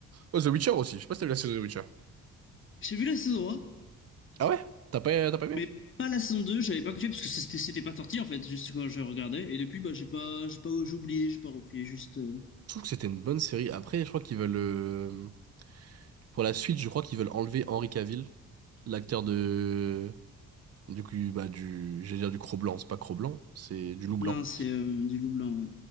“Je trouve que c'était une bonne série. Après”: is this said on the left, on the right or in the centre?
Right